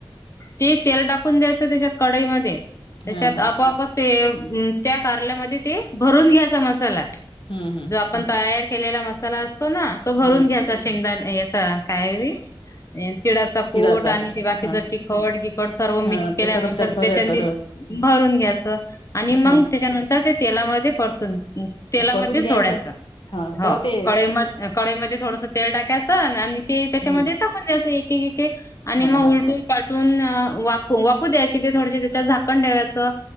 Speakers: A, on the left (about 35°); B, on the left (about 75°).
A: ती तेल टाकून द्यायचं त्याच्यात कढईमध्ये त्याच्यात
B: हा हा
A: आपाआप त्या कारल्यामध्ये ते भरून घ्यायचा मसाला
B: हम्म हम्म
A: जो आपण तयार केलेला मसाला असतो ना तो भरून
B: हम्म
A: घ्यायचा शेंगदा काय ब तिड्याचा
B: तिळाचा
A: कूट आणि बाकीच
B: हा
A: तिखट गखड सर्व मिक्स
B: हा
A: केल्यानंतर
B: ते सर्व त्यात भरायचं
A: त्याच्या
B: ह
A: भरून घ्यायचं आणि मग
B: ह
A: त्याच्यानंतर ते तेलामध्ये परतून तेलामध्ये
B: परतून घ्यायचं
A: सोडायच
B: हा
A: हो
B: तर मग ते
A: क म कळेमध्ये थोडस ते टाकायचं आणि ते त्याच्यामध्ये
B: हम्म
A: टाकून द्यायचं एक एक आणि
B: हा
A: मग
B: हा
A: उलटून वाू वापू द्यायचे ते थोडसे त्याच्या झाकण ठेवायचं.